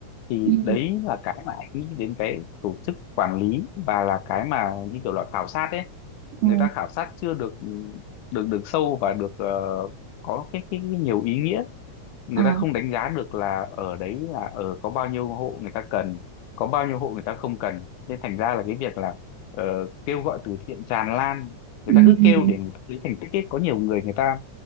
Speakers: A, on the left; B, on the right.
A: thì
B: ừ
A: đấy là cái mà anh nghĩ đến cái tổ chức quản lý và là cái mà như kiểu là khảo sát ấy
B: ừ
A: người
B: ờ,
A: ta khảo sát chưa được được được sâu và được ờ, có cái, cái cái nhiều ý nghĩa người
B: ờ,
A: ta không đánh giá được là ở đấy là ở có bao nhiêu hộ người ta cần có bao nhiêu hộ người ta không cần nên thành ra là cái việc là ờ, kêu gọi từ thiện tràn lan người
B: ừ
A: ta cứ kêu để người ta lấy thành tích ấy. có nhiều người người ta